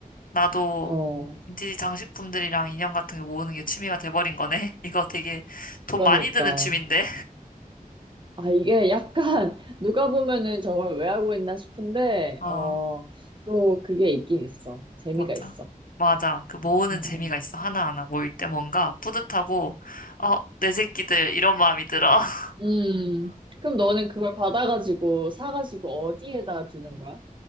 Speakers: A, on the left; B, on the right.
A: 나도
B: 어,
A: 빈티지 장식품들이랑 인형 같은 게 모으는 게 취미가 돼버린 거네. <laughs> 이거 되게 돈
B: 그러니까.
A: 많이 드는 취미인데.
B: 아, 이게 약간 <laughs> 누가 보면은 저걸 왜 하고 있나 싶은데,
A: 어.
B: 어, 또 그게 있긴 있어. 재미가
A: 맞아.
B: 있어.
A: 맞아. 그 모으는
B: 음,
A: 재미가
B: 음.
A: 있어. 하나하나 모일 때 뭔가 뿌듯하고, 어, 내 새끼들, 이런 마음이 들어. <laughs>
B: 음, 그럼 너는 그걸 받아가지고, 사가지고 어디에다 두는 거야?